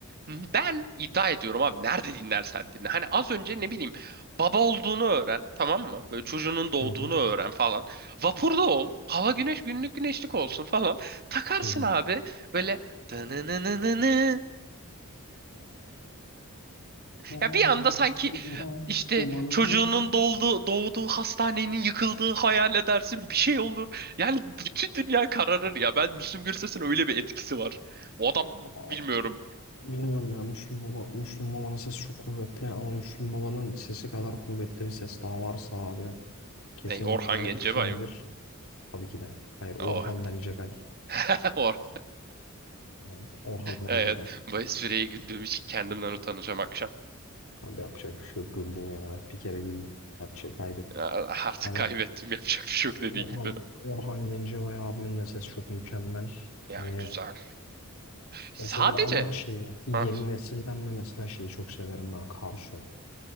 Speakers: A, on the right (about 45°); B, on the left (about 70°).
A: ben iddia ediyorum abi nerede dinlersen dinle. Hani az önce ne bileyim baba olduğunu öğren tamam mı? Böyle çocuğunun doğduğunu
B: Hı hı.
A: öğren falan. Vapurda ol. Hava güneş günlük güneşlik olsun falan. Takarsın
B: Hı hı.
A: abi böyle Dınınınını.
B: Yalan
A: Ya bir anda sanki
B: sigara
A: işte
B: dumanının
A: çocuğunun
B: altı.
A: doldu, doğduğu hastanenin yıkıldığı hayal edersin bir şey olur. Yani bütün dünya kararır ya. Ben Müslüm Gürses'in öyle bir etkisi var. O adam bilmiyorum.
B: Abi, bilmiyorum ya Müslüm Baba Müslüm Baba'nın sesi çok kuvvetli ama Müslüm Baba'nın sesi kadar kuvvetli bir ses daha varsa abi kesinlikle
A: Ne Orhan Gencebay
B: kimdir?
A: mı?
B: Tabii ki de. Hayır Orhan
A: Oh.
B: Bencegay.
A: <laughs> Or.
B: Yani Orhan Bencegay.
A: Evet. Bu espriye güldüğüm için kendimden utanacağım akşam.
B: Abi yapacak bir şey yok güldün yani. Bir kere güldün. Yapacak kaybettik.
A: Ya, Artık
B: Hani
A: kaybettim yapacak bir şey yok dediğin
B: Orhan
A: gibi.
B: Orhan Gencebay abimin de sesi çok mükemmel.
A: Ya
B: Hani
A: güzel. Sadece
B: mesela ama şeyi yeni
A: Ha.
B: nesilden de mesela şeyi çok severim ben Karsu.